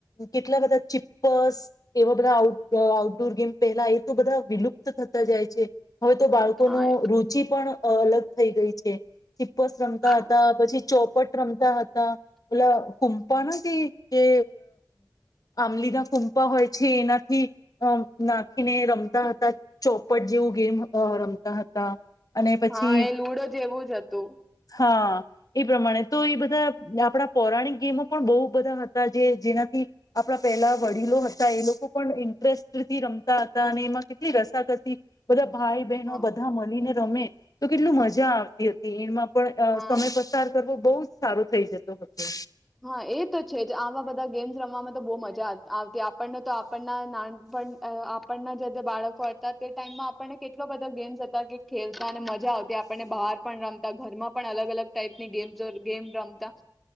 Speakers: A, on the left; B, in the centre.
A: કેટલા બધા ચીપ્પસ એવા બધા આ આઉટડોર ગેમ પહેલા એ તો બધા વિલુપ્ત થતા જાય છે. હવે તો બાળકોનું
B: હા એ
A: રુચિ પણ અ અલગ થઈ ગઈ છે. ચિપ્પસ રંગતા
B: હા
A: હતા પછી ચોપટ રમતા હતા એટલે હૂમપા કે આંમલીના ફૂમપા હોય છે એનાથી અ નાખીને રમતા હતા ચોપટ જેવું ગેમ રમતા હતા. અને પછી
B: હા એ લુડો જેવું જ હતું.
A: હા એ પ્રમાણે તો એ બધા આપણા પૌરાણિક ગેમો પણ બહુ બધા હતા. જે જેનાથી આપણા પહેલા વડીલો હતા એ લોકો પણ ઇન્ટરેસ્ટથી રમતા હતા અને એમાં કેટલી રસાકસી બધા ભાઈ બહેનો
B: હા
A: બધા મળીને રમે. <inaudible> તો કેટલું મજા આવતી હતી એમાં પણ
B: હા
A: સમય પસાર કરવો. બહુ જ સારું થઈ જતો હતો.
B: હા એ તો છે જ આવા બધા ગેમ્સ રમવામાં તો બહ મજા આવતી. આપણને તો આપણના નાન આપણના જે બાળકો હતા તે ટાઈમમાં આપણને કેટલો બધા ગેમ્સ હતા કે ખેલતા અને મજા આવતી આપણને બહાર પણ રમતા ઘરમાં પણ અલગ અલગ ટાઈપની ગેમ્ ગેમ રમતા.